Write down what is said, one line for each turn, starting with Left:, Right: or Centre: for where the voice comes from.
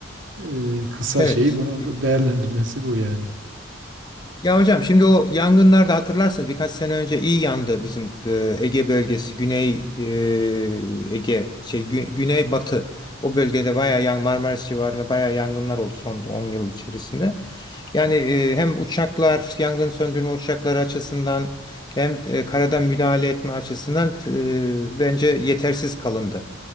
Right: Ee, kısa
Left: Evet.
Right: şeyi bunun değerlendirmesi bu yani.
Left: Ya hocam şimdi o yangınlarda hatırlarsanız birkaç sene önce iyi yandı bizim e, Ege bölgesi, Güney e, Ege, şey Gü- Güney Batı o bölgede bayağı yan Marmaris civarında bayağı yangınlar oldu son 10 yıl içerisinde. Yani e, hem uçaklar, yangın söndürme uçakları açısından hem e, karadan müdahale etme açısından e, bence yetersiz kalındı.